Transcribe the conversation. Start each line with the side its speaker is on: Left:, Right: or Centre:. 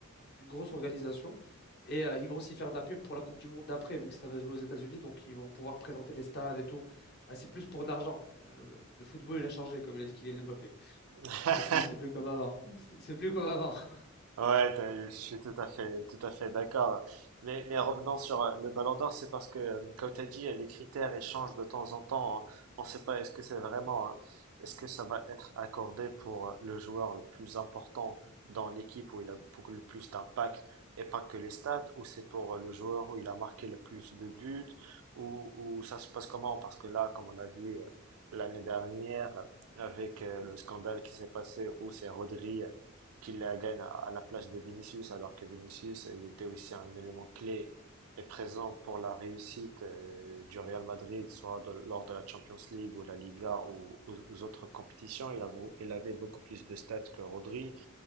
Left: une grosse organisation et euh, ils vont aussi faire de la pub pour la Coupe du Monde d'après, vu que ça va se jouer aux États-Unis. Donc, ils vont pouvoir présenter les stades et tout. Euh, c'est plus pour de l'argent. Euh, le, le football, il a changé, comme il a dit Kylian Mbappé.
Right: <laughs>
Left: C'est plus, c'est plus comme avant. C'est c'est plus comme avant. <laughs>
Right: Ouais, t'as- je suis tout à fait, tout à fait d'accord. Mais, mais revenons sur euh, le Ballon d'Or, c'est parce que, euh, comme tu as dit, euh, les critères échangent de temps en temps. hein. On ne sait pas est-ce que c'est vraiment, euh, est-ce que ça va être accordé pour euh, le joueur le plus important dans l'équipe où il a beaucoup le plus d'impact et pas que les stats, ou c'est pour euh, le joueur où il a marqué le plus de buts, ou, ou ça se passe comment? Parce que là, comme on a vu euh, l'année dernière euh, avec euh, le scandale qui s'est passé où c'est Rodri euh, qu'il la gagne à à la place de Vinicius, alors que Vinicius, euh, il était aussi un élément clé et présent pour la réussite euh, du Real Madrid, soit de- lors de la Champions League ou la Liga ou aux, aux autres compétitions. Il, a- il avait beaucoup plus de stats que Rodri.